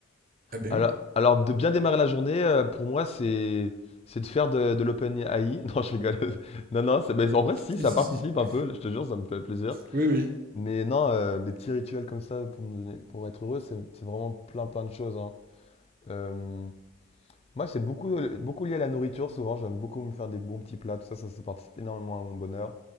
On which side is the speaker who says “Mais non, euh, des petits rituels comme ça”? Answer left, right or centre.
Left